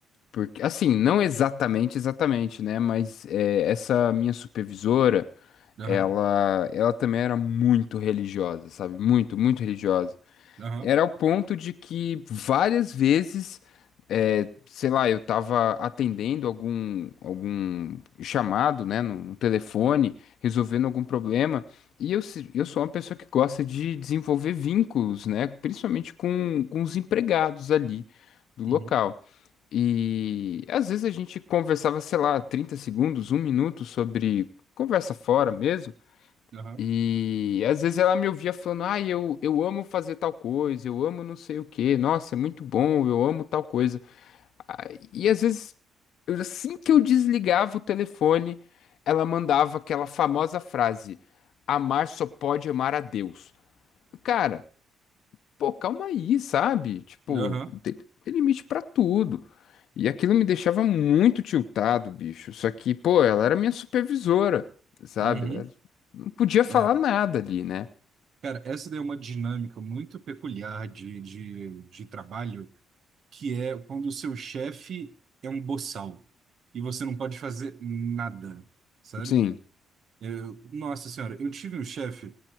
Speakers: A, on the left (about 75°); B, on the right (about 60°).
A: porque, assim, não exatamente, exatamente, né? Mas é, essa minha supervisora,
B: Aham,
A: ela, ela também era muito religiosa, sabe? Muito, muito religiosa.
B: aham,
A: era o ponto de que várias vezes, é, sei lá, eu tava atendendo algum, algum chamado, né, no, no telefone, resolvendo algum problema, e eu, se- eu sou uma pessoa que gosta de desenvolver vínculos, né, principalmente com, com os empregados ali do
B: uhum,
A: local. E às vezes a gente conversava, sei lá, 30 segundos, um minuto sobre conversa fora mesmo.
B: aham,
A: E às vezes ela me ouvia falando, ah, eu, eu amo fazer tal coisa, eu amo não sei o quê, nossa, é muito bom, eu amo tal coisa. Ah, E às vezes, eu- assim que eu desligava o telefone, ela mandava aquela famosa frase: amar só pode amar a Deus. Cara, pô, calma aí, sabe? Tipo,
B: aham,
A: tem, tem limite pra tudo. E aquilo me deixava muito tiltado, bicho. Só que, pô, ela era minha supervisora, sabe?
B: uhum.
A: Ela era- não podia falar
B: É.
A: nada ali, né?
B: Cara, essa daí é uma dinâmica muito peculiar de, de, de trabalho que é quando o seu chefe é um boçal e você não pode fazer nada, sabe?
A: Sim.
B: Eu- nossa senhora, eu tive um chefe,